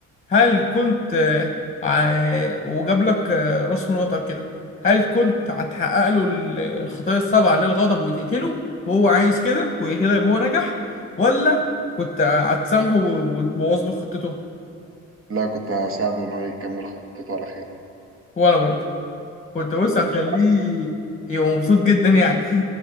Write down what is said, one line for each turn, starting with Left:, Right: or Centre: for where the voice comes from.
Left: هل كنت آه، ع- وجاب لك آه، راس مراتك كده هل كنت هتحقق له ال- الخطايا السبعة للغضب وتقتله وهو عايز كده وكده يبقى هو نجح ولا كنت هتسامحه و- وتبوظ له خطته
Right: لا كنت هساعده ان هو يكمل خطته على خير
Left: وانا برضه كنت بص هخليه
Right: مش
Left: يبقى مبسوط جدا يعني